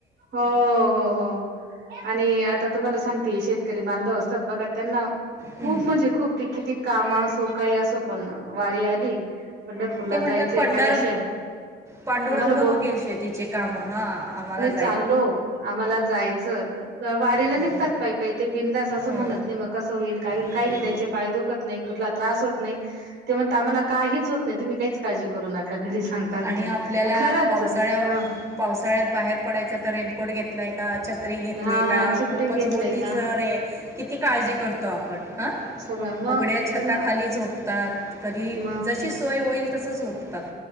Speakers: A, on the right (about 65°); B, on the right (about 15°).
A: हो हो हो आणि आणि आता तुम्हाला सांगते शेतकरी बांधव असतात बघा त्यांना
B: हं,
A: खूप म्हजे खूप ते किती काम असो काही असो पण वारी आली पंढरपूरला
B: ते म्हणतात
A: जायचं
B: पंढर
A: एकादशी आहे
B: पांडुरंग
A: आम्हाला
B: बगेल शेतीचे काम हा आम्हाला जा
A: चालो आम्हाला जायचं वारीला
B: हो
A: निघतात पाई पाई ते बिंदास असं
B: हो
A: म्हणत नाही मग कसं होईल काय होईल
B: हं.
A: काही नाही त्यांचे पाय दुखत नाही कुठला त्रास होत नाही ते म्हणता आम्हाला काहीच होत नाही, तुम्ही काहीच काळजी करू नका. घरी सांगतात
B: आणि
A: ते
B: आपल्याला
A: खरंच
B: पावसाळ्या
A: हा
B: पावसाळ्यात बाहेर पडायचं तर एक कोट घेतलाये का छत्री घेतली
A: हा
B: का
A: छत्री
B: खूपच
A: घेतलंय
B: मोठी
A: का
B: चरे किती काळजी करतो आपण हं,
A: सगळं मग
B: उघड्या छताखाली
A: त्यांना
B: झोपतात, कधी
A: मग
B: जशी सोय होईल तसं झोपतात.